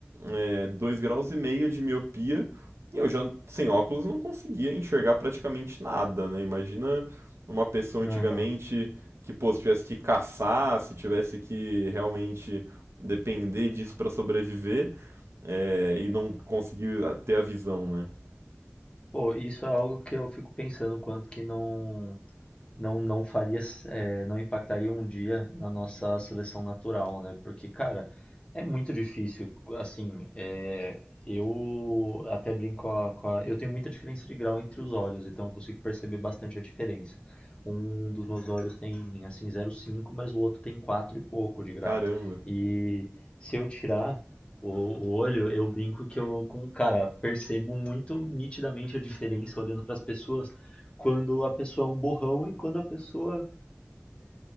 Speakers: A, on the right; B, on the left.
A: é, 2 graus e meio de miopia e eu já, sem óculos, não conseguia enxergar praticamente nada, né? Imagina uma pessoa
B: Aham.
A: antigamente que, pô, se tivesse que caçar, se tivesse que realmente depender disso para sobreviver, é, e não conseguir a- ter a visão, né?
B: Pô, isso é algo que eu fico pensando, quanto que não não não faria, eh, não impactaria um dia na nossa seleção natural, né? Porque, cara, é muito difícil. Assim, eh, eu até brinco com a, com a- Eu tenho muita diferença de grau entre os olhos, então eu consigo perceber bastante a diferença. Um dos meus olhos tem, assim, zero vírgula cinco mas o outro tem 4 e pouco de grau.
A: Caramba.
B: E se eu tirar. O, o olho, eu brinco que eu, com, cara, percebo muito nitidamente a diferença olhando para as pessoas, quando a pessoa é um borrão e quando a pessoa